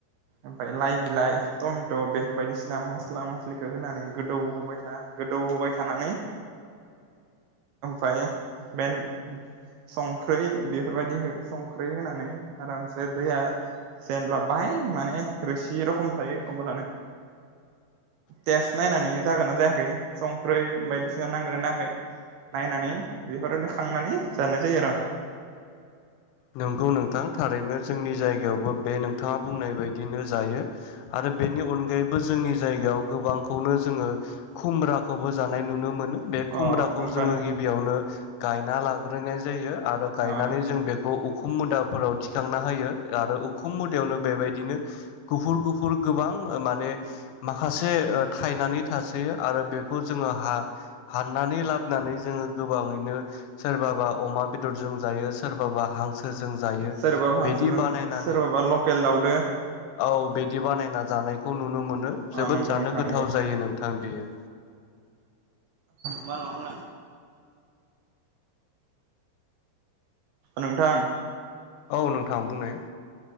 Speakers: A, on the right (about 75°); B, on the left (about 80°).
A: ओमफफ्राय लाइ बिलाइ टमेट' बे बायदिसिना मस्ला मस्लिखौ होनानै गोदौ होबाय था गोदौ होबाय थानानै बाय मेन संख्रै बेफोरबायदि हो संख्रि होनानै आरामसे द <unintelligible> जेनब्ला बाय माने रोसि रखम थायो अब्लानो तेस नायनानै जागोन ना जायाखै संख्रै बायदिसिना नांगोना नाङाखै नायनानै बेफोरबादि खांनानै जानाय जायो आरो'
B: नंगौ नोंथां थारैनो जोंनि जायगायावबो बे नोंथाङा बुंनाय बायदिनो जायो। आरो बेनि अनगायैबो जोंनि जायगायाव गोबांखौनो जोङो खुमब्राखौबो जानाय नुनो मोनो। बे
A: अ
B: खुमब्राखौ
A: खमब्लानो
B: जोङो गिबियावनो गायना ला नाय जायो आरो
A: अ
B: गायनानै
A: नोंथां
B: जों बे अखुम मुदाफोराव थिखांना होयो आरो उखुम मुदायावनो बेबायदि बिदिनो गुफुर गुफुर गोबां माने माखासे थायनानै थासयो आरो बेखौ जोङो हा हाननानै लाबोनानै जोङो गोबाङैनो सोरबाबा अमा बेदरजों जायो सोरबाबा हांसोजों जायो
A: सोरबा हांसोजोंसो
B: बिदि बानायनानै
A: सोरबाबा लकेल दावउदो
B: औ बिदि बानायनानै जानायखौ नुनो मोनो जोबोद
A: नंगौ
B: जानो
A: नोंथां
B: गोथाव जायो नोंथां थां बियो
A: बानो <unintelligible> नोंथां
B: औ नोंथां बुंनाय